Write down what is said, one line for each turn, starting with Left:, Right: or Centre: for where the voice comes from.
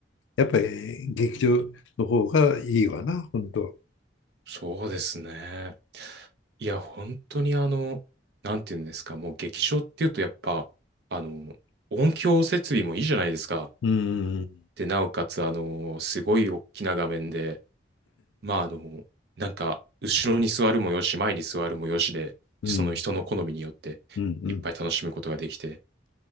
Left: やっぱり劇場の方がいいわな、本当。
Right: そうですね。いや、本当にあの、なんていうんですか、もう劇場っていうとやっぱ、あの、音響設備もいいじゃないですか。
Left: うん、
Right: で、なおかつ、あの、すごい大きな画面で、まあ、あの、なんか、後ろに座るもよし、前に座るもよしで、
Left: うん、
Right: その人の好みによって、
Left: うん、うん。
Right: いっぱい楽しむことができて、